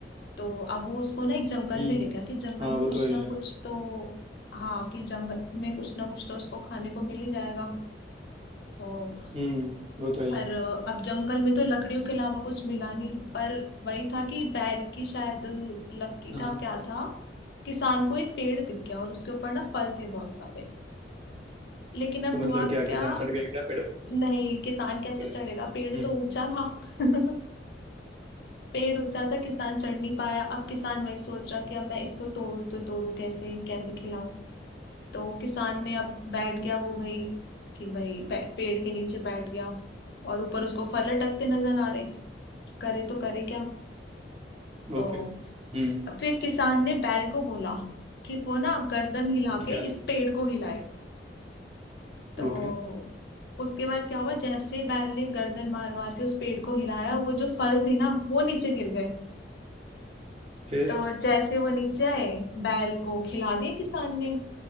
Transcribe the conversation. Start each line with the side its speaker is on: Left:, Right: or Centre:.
Left: तो अब वो उसको ना एक जंगल
Right: हम्म
Left: में ले गया कि जंगल
Right: हाँ
Left: में
Right: वो
Left: कुछ
Right: तो है ही
Left: ना
Right: है
Left: कुछ तो हाँ कि जंगल में कुछ ना कुछ तो उसको खाने को मिल ही जाएगा तो
Right: हम्म वो तो है ही
Left: पर
Right: है
Left: अब जंगल में तो लकड़ियों के अलावा कुछ मिला नहीं पर वही था कि बैल की शायद लकी
Right: हाँ
Left: था
Right: हाँ।
Left: क्या था किसान को एक पेड़ दिख गया और उसके ऊपर ना फल थे बहुत सारे लेकिन अब
Right: तो मतलब
Left: हुआ
Right: क्या
Left: क्या
Right: किसान चढ़ गया क्या पेड़
Left: नहीं किसान कैसे
Right: पे
Left: चढ़ेगा
Right: हम्म
Left: पेड़ तो ऊंचा था <laughs> पेड़ ऊंचा था किसान चढ़ नहीं पाया अब किसान वही सोच रहा कि अब मैं इसको तोड़ू तो तोड़ू कैसे कैसे खिलाऊं तो किसान ने अब बैठ गया वो भाई कि भाई पे, पेड़ के नीचे बैठ गया और ऊपर उसको फल लटकते नजर आ रहे करे तो करे क्या तो
Right: ओके हम्म
Left: फिर किसान ने बैल को बोला कि वो ना गर्दन हिला के
Right: क्या
Left: इस पेड़ को हिलाए तो
Right: ओके
Left: उसके बाद क्या हुआ जैसे बैल ने गर्दन मार मार के उस पेड़ को हिलाया वो जो फल थे ना वो नीचे गिर गए
Right: फिर
Left: तो जैसे वो नीचे आए बैल को खिला दिए किसान ने